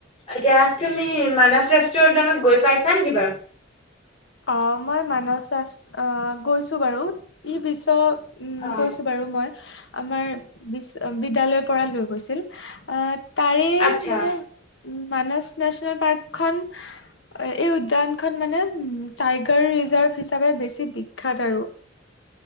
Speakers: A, on the left; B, on the left.
A: এতিয়া তুমি মানছ ৰাষ্ট্ৰী উদ্যানত গৈ পাইছা নেকি বাৰু?
B: অঁ মই মানস ৰাচ অঁ গৈছো বাৰু, ই বিশ্ব- উম'
A: অ'
B: গৈছো বাৰু মই। আমাৰ- বিশ্ব বিদ্যালয়ৰ পৰা লৈ গৈছিল আঁ তাৰে
A: আচ্ছা
B: মানে- উম মানচ নেচনেল পাৰ্ক খন এই উদ্যান খন মানে উম- টাইগাৰ ৰিজাৰ্ভ হিচাপে বেছি বিখ্যাত আৰু।